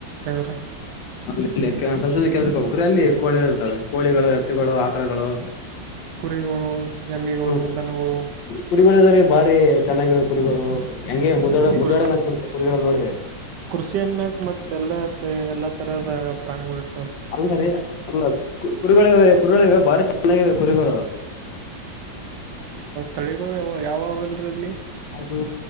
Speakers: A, on the right; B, on the left.
A: ಕೇಂದ್ರ
B: ಅಲ್ಲಿ ಅಲ್ಲಿ ಸಂಶೋಧನಾ ಕೇಂದ್ರಕ್ಕೆ ಹೋಗಬೇಕ್ರೀ ಅಲ್ಲಿ ಕೋಳಿ ಇರ್ತಾವವೆ ಕೋಳಿಗಳು ಎತ್ತುಗಳು ಆಕಳಗಳು
A: ಕುರಿಗಳು ಎಮ್ಮಿಗಳು
B: ಹ
A: ದನಗಳು
B: ಕುರಿಗಳು ರಿ ಬಾರಿ ಚೆನ್ನಾಗಿ ಕುರಿಗಳು ಹಂಗೆ ಮುದಡ ಮುದಡ
A: ಕುರಿ
B: ಅನ್ಸಬ ಬಿಡ್ಬೇಕು ನೋಡಿದ್ರರೆ
A: ಕೃಷಿ ಅನ್ಬೇಕಕ್ ಮತ್ತ ಎಲ್ಲ ಎಲ್ಲಾ ತರದ ಪ್ರಾಣಿಗಳು ಇ
B: ಅಲ್ಲ ರೀ ಅಲ್ಲ ಕು ಕುರುಗಳ ಕುರುಗಳ ಬಾರಿ ಚ ಚೆನ್ನಾಗಿವೆ ಕುರಿಗಳು
A: ಥಳಿಗಳು ಯಾವ ಯಾವ ಯಾವೆಲ್ರಲ್ಲಿ
B: ಅದು